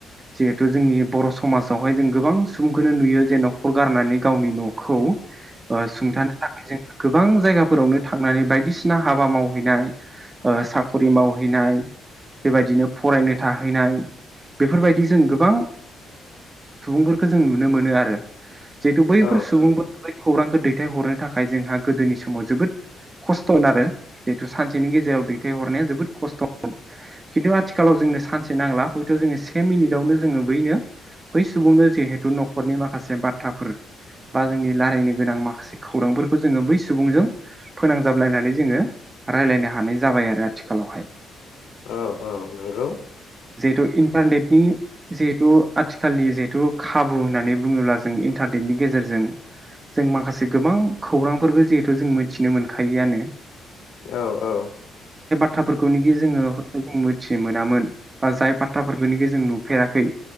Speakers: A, on the right; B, on the left.
A: जिहेथु जोंनि बर' समाजावहाय जों गोबां सुबुंखौनो नुयो जे न'खर गारनानै गावनि न'खौ ओ सुंथानो थाखाय जोंङो गोबां जायगाफोरावनो थांनानै बायदिसिना हाबा मावहैनाय साखरि मावहैनाय बेबायदिनो फरायनो थाहैनाय बेफोरबायदि जों गोबां सुबुंफोरखौ जों नुनो मोनो आरो जिहेतु बैफोर
B: औ
A: सुबुंफोरा खौरांखौ दैथायहरनो थाखाय जोंहा गोदोनि समाव जोबोद खस्थ'मोन आरो जिहेथु सानसेनि गेजेराव दैथायहरनाया जोबोद खस्थ'मोन खिन्थु आथिखालाव जोंनो सानसे नांला हयथ' जोङो से मिनिटावनो जोङो बैनो बै सुबुंनो जिहेथु न'खरनि माखासे बाथ्राफोर बा जोंनि रायलायनो गोनां माखासे खौरांफोरखौ जोङो बै सुबुंजों फोनांजाबलायनानै जोङो राय्लायनो हानाय जाबाय आरो आथिखालावहाय
B: औ औ नंगौ
A: थ इन्टारनेटनि जिहेतु आथिखालनि जिहेतु खाबु होननानै बुङोब्ला जों इन्टारनेटनि गेजेरजों जों माखासे गोबां खौरांफोरखौ जिहेथु जों मिथिनो मोनखायोआनो
B: औ औ
A: थ्राफोरखौनिखि जोङो <inaudible> मिथिनो मोनामोन बा जाय बाथ्राफोरखौनिखि जों नुफेराखै